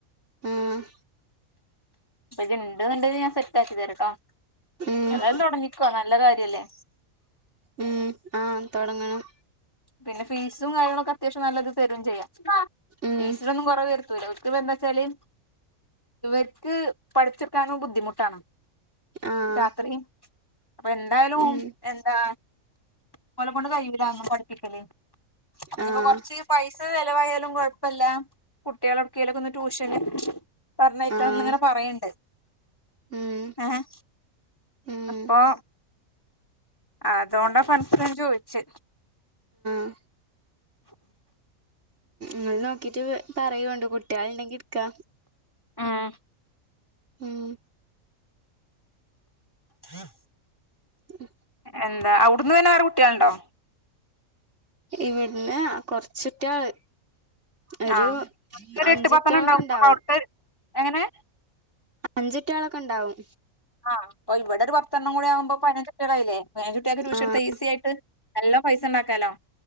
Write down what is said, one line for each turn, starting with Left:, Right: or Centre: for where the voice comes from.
Right: ആഹ്
Left: അപ്പൊ ഇത് ഇണ്ട് എന്നുണ്ടെങ്കിൽ ഞാൻ സെറ്റ് ആക്കി തരട്ടോ
Right: ഉം
Left: ഏതായാലും തൊടങ്ങിക്കോ. നല്ല കാര്യല്ലേ?
Right: ഉം ആഹ് തൊടങ്ങണം.
Left: പിന്നെ ഫീസും കാര്യങ്ങളൊക്കെ അത്യാവശ്യം നല്ലത് തരും ചെയ്യാം.
Right: ഉം
Left: ഫീസിലൊന്നും കൊറവ് വരുത്തൂല. <unintelligible> എന്ന് വെച്ചാല് ഇവര്ക്ക് പഠിച്ചെടുക്കാനും ബുദ്ധിമുട്ടാണ്.
Right: ആഹ്
Left: രാത്രി അപ്പൊ എന്തായാലും
Right: ഉം
Left: <unintelligible> എന്താ ങ്ങളെ കൊണ്ട് കഴിയൂല അതൊന്നും പഠിപ്പിക്കല്. അപ്പനി
Right: ആഹ്
Left: ഇപ്പൊ കൊറച്ച് പൈസ ചെലവായാലും കൊഴപ്പയില്ല. കുട്ടികളടുക്കേലൊക്കെ ഒന്ന് ട്യൂഷന് പറഞ്ഞയക്കാന്ന്
Right: ആഹ്
Left: ഇങ്ങനെ പറയണ്ട്.
Right: ഉം
Left: ഏഹ്
Right: ഉം
Left: അപ്പൊ അതോൊണ്ടാ <unintelligible> ചോദിച്ചേ?
Right: ഉം നിങ്ങൾ നോക്കിട്ട് പറയോണ്ട് കുട്ടിയോള് ഇണ്ടെങ്കി ഇട്ക്കാ
Left: ഉം
Right: ഉം
Left: ഹ
Right: ഉ
Left: എന്താ അവിടുന്ന് പിന്നെ വേറെ കുട്ടിയേള്ണ്ടോ
Right: ഇവിട്ന്ന് കൊറച്ചുട്ട്യോള് ഒരു
Left: ആഹ് ഒരു
Right: അഞ്ചട്ടാളൊക്കെ
Left: എട്ട് പത്തെണ്ണം ഉണ്ടാവും
Right: ഇണ്ടാവും
Left: അപ്പൊ അവിടുത്തെ എങ്ങനെ
Right: അഞ്ച് കുട്ട്യോളൊക്കെ ഇണ്ടാവും
Left: ആ അപ്പൊ ഇവിടെ ഒരു പത്തെണ്ണം കൂടിയാവുമ്പോ പയ്നഞ്ച് കുട്ട്യോളായിലേ പയ്നഞ്ച് കുട്ട്യോക്ക് ടൂഷട്ത്ത
Right: ആഹ്
Left: ഈസി ആയിട്ട് നല്ലം പൈസ ഇണ്ടാക്കാലോ